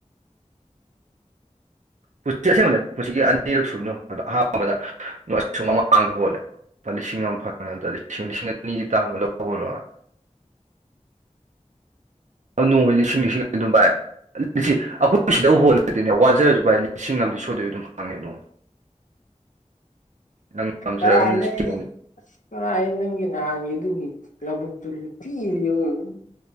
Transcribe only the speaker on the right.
ꯄꯨꯟꯁꯤ ꯑꯁꯕꯅꯦ ꯄꯨꯟꯁꯤꯒꯤ ꯑꯅꯤꯔꯛ ꯁꯨꯕꯅꯤ ꯑꯍꯥꯟꯕꯗ <unintelligible> ꯃꯃꯥꯡꯗ ꯍꯣꯜꯂꯦ ꯂꯨꯄꯥ ꯂꯤꯁꯤꯡ ꯑꯃ ꯐꯪꯉ‌ꯦ ꯑꯗꯨꯗꯥꯗꯤ ꯂꯤꯁꯤꯡ ꯂꯤꯁꯤꯡ ꯑꯅꯤꯒꯤ ꯇꯥꯕ ꯂꯧ <unintelligible> ꯅꯣꯡꯃꯩ ꯂꯤꯁꯤꯡ ꯂꯤꯁꯤꯡ ꯑꯗꯨꯝ ꯚꯥꯏ ꯂꯤꯁꯤ ꯑꯩꯈꯣꯏ ꯁꯤꯗ ꯍꯣꯜꯂꯗꯤꯅꯦ ꯋꯥꯖꯔꯖꯨ ꯚꯥꯏ ꯂꯤꯁꯤꯡ ꯑꯃꯥ ꯗꯤ ꯁꯣꯏꯗꯕꯤ ꯑꯗꯨꯝ ꯐꯪꯉꯦ ꯅ‌‌ꯣꯡ ꯅꯪ ꯉꯝꯖꯔꯒꯅ
ꯂꯤꯁꯤꯡ